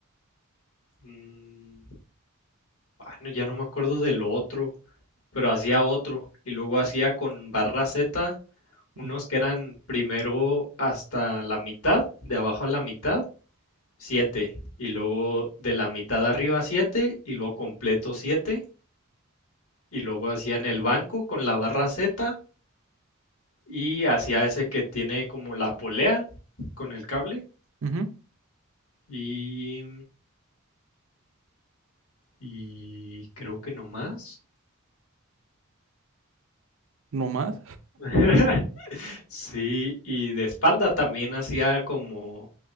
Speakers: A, on the left; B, on the right.
A: Mm, ah, no, ya no me acuerdo del otro, pero hacía otro y luego hacía con barra Z unos
B: ujú,
A: que eran primero hasta la mitad, de abajo a la mitad, siete y luego de la mitad arriba siete y luego completo siete y luego hacía en el banco con la barra Z y hacía ese que tiene como la polea con el cable
B: ujú,
A: y y creo que no más.
B: No más.
A: <laughs> Sí, y de espalda también hacía como